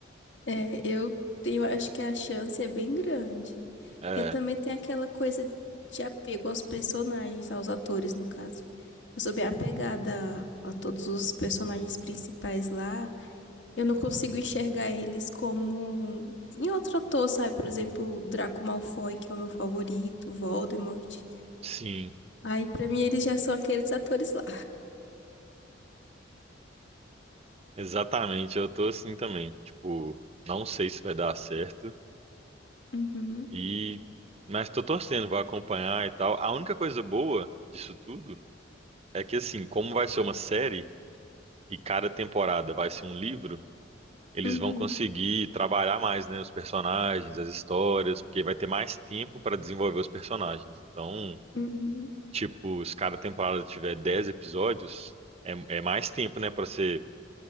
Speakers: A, on the left; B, on the right.
A: É, eu, tenho acho que a chance é bem grande.
B: É,
A: E também tem aquela coisa de apego aos personagens, aos atores, no caso. Eu sou bem apegada a, a todos os personagens principais lá. Eu não consigo enxergar eles como em outro ator, sabe? Por exemplo, Draco Malfoy, que é o meu favorito, Voldemort.
B: sim.
A: Aí, pra mim, eles já são aqueles atores lá.
B: Exatamente, eu tô assim também. Tipo, não sei se vai dar certo
A: Uhum,
B: e mas tô torcendo, vou acompanhar e tal. A única coisa boa disso tudo é que assim, como vai ser uma série e cada temporada vai ser um livro, eles
A: uhum,
B: vão conseguir trabalhar mais, né, os personagens, as histórias, porque vai ter mais tempo para desenvolver os personagens. Então,
A: uhum.
B: tipo, se cada temporada tiver 10 episódios, é, é mais tempo, né, para você